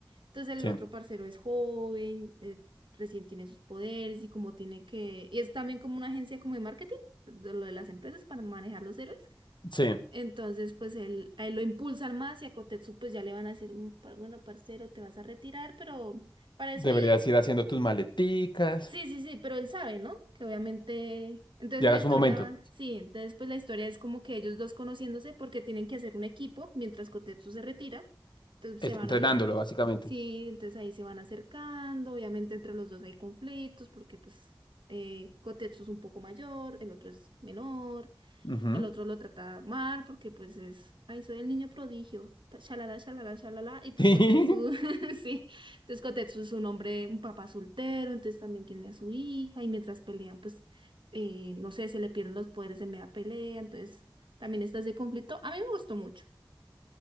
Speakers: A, on the right; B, on the left.
A: Entonces el
B: Sí,
A: otro parcero es joven, eh, recién tiene sus poderes y como tiene que... Y es también como una agencia como de marketing, de lo de las empresas para manejar los héroes.
B: sí.
A: Entonces pues él, a él lo impulsan más y a Kotetsu pues ya le van a decir, "Mm, pa- bueno, parcero, te vas a retirar, pero para eso
B: Deberías
A: ahí
B: ir haciendo tus maleticas.
A: Sí, sí, sí, pero él sabe, ¿no? Que obviamente... Entonces
B: Ya
A: la
B: era
A: historia
B: su momento.
A: va... Sí, entonces pues la historia es como que ellos dos conociéndose porque tienen que hacer un equipo mientras Kotetsu se retira. Entonces
B: Está
A: se van
B: entrenándolo,
A: ahí a hacer...
B: básicamente.
A: Sí, entonces ahí se van acercando, obviamente entre los dos hay conflictos porque pues eh, Kotetsu es un poco mayor, el otro es menor.
B: Ujú.
A: El otro lo trata mal porque pues es, ay, soy el niño prodigio, ta- shalala, shalala, shalala, y pues
B: <laughs> Sí.
A: Kotetsu, <laughs> sí, entonces Kotetsu es un hombre, un papá soltero, entonces también tiene a su hija, y mientras pelean, pues, eh, no sé, se le pierden los poderes en media pelea, entonces también está ese conflicto. A mí me gustó mucho,